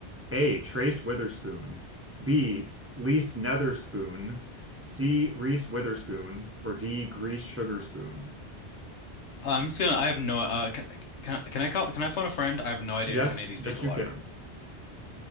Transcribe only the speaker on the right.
A. Trace Witherspoon. B. Lise Netherspoon. C. Reese Witherspoon. Or D. Grease Sugarspoon?
Yes,
yes, you
can.